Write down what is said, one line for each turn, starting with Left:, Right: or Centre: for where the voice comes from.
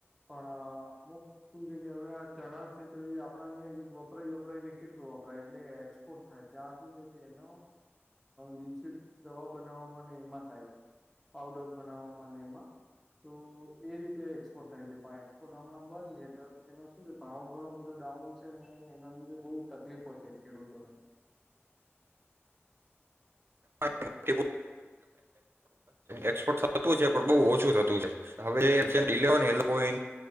Centre: પણ અમુક શું છે કે હવે આ ચણા છે તો એ આપણા અહીં વપરાય વપરાયને કેટલું વપરાય એટલે એક્સપોર્ટ થાય ત્યાં શું છે કે એનો યુઝ દવા બનાવવામાં એમાં થાય છે પઉડર બનાવવામાં એમાં તો એ રીતે એક્સપોર્ટ થાય છે પણ એક્સપોર્ટ હમણાં બંધ છે તો એનો શું છે ભાવ ઘણો બધો ડાઉન છે ને એના લીધે બહ તકલીફો છે ખેડૂતોને.
Right: <inaudible> એક્સપોર્ટ થતું છે પણ બહ ઓછું થતું છે હવે ડીલે હોય ને એ લોકો એ